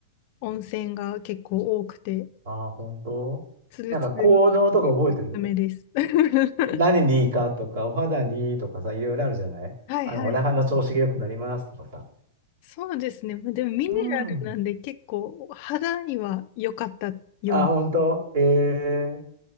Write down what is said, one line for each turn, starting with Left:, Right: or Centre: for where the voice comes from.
Left: 温泉が結構多くて、
Right: ああ、本当なんか効能とか覚えてる
Left: ツルツルになっておすすめです。<laughs>
Right: 何にいいかとか、お肌にいいとかさ、いろいろあるじゃないあの、
Left: はいはい。
Right: お腹の調子が良くなりますとかさ。
Left: そうですね。まあでもミネラルなんで結構肌には良かったような。
Right: うん。あ、本当ええ